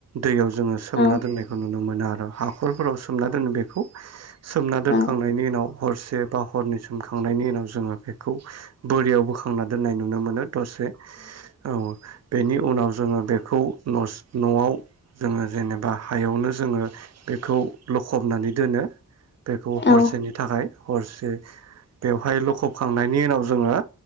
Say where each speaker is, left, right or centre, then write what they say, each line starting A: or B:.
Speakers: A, on the right; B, on the left.
A: दैयाव जोङो सोमना
B: औ
A: दोन्नायखौ नुनो मोनो आरो हाखरफोराव सोमना दोनो बे खौ सोमना दोनखांनायनि
B: औ
A: उनाव हरसे बा हरनै सोमखांनायनि उनाव जोङो बेखौ बोरियाव बोखांना दोननाय नुनो मोनो दसे औ। बेनि उनाव जोङो बेखौ नस न'आव जोङो जेनेबा हायावनो जोङो बेखौ लखबनानै दोनो बेखौ हरसेनि
B: औ
A: थाखाय हरसे बेवहाय लखबखांनायनि उनाव जोङो